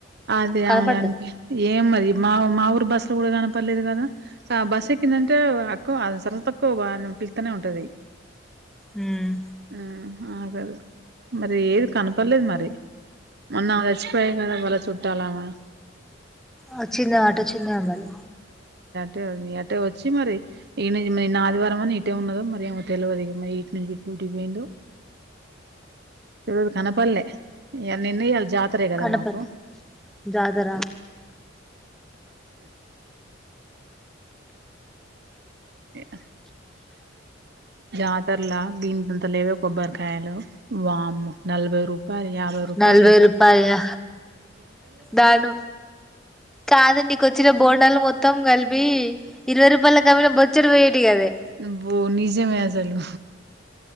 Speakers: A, on the right (about 60°); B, in the centre.
A: అదే అ
B: కనపడ్డా
A: ఆమే చనిపెం ఏమో మరి మా మా ఊరు బస్సులో కూడా కనప పర్లేదు కదా ఆ బస్సు ఎక్కిందంటే అక్కువ సర తక్కువ పిల్తనే ఉంటది
B: ఉమ్
A: ఆ ఆగదు మరి ఏది కనపడలేదు మరి మొన్నా ఆమె చచ్చిపోయే కదా వాళ్ళ చుట్టాలమే
B: ఆ చిందో ఆటోచ్చిందో అన్నారు
A: టే అటే వచ్చి మరి ఈన్ మరి నిన్న ఆదివారం అని ఇటే ఉన్నదో మరి ఏమొ తెలువదు ఇగ మరి ఇట్ నుం ఇ టికీ పోయిందో ఈ రోజు కనపల్లె ఇగ నిన్న ఇయ్యల జాతరే కదా
B: కనపడ్లే
A: మాకు
B: జాతర
A: అ జ తర్లా గీంతంత లేవ కొబ్బరికాయలు వామ్మో నలభై రూపాయలు యాభై రూపాయలు
B: నలభై
A: అట
B: రూపాయల దాను కాదండినీకు వచ్చిన బోండాలు మొత్తం కల్ ల్పి ఇరవై రూపాయలకు అమ్మిన బోచ్చడు పోయేటియి కదే
A: అబ్బో నిజమే అసలు